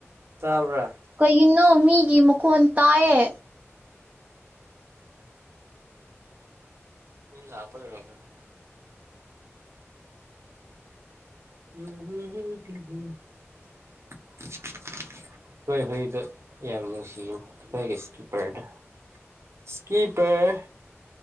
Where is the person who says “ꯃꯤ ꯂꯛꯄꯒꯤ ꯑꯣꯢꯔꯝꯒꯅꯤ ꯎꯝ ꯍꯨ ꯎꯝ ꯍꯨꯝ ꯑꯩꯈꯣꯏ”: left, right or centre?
Right